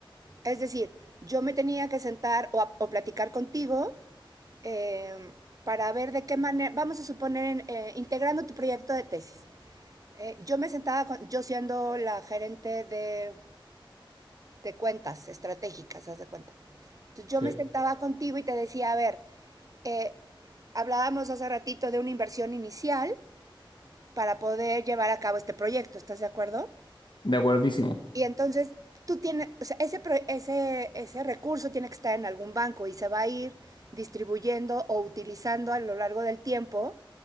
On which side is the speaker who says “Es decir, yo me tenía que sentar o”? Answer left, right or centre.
Right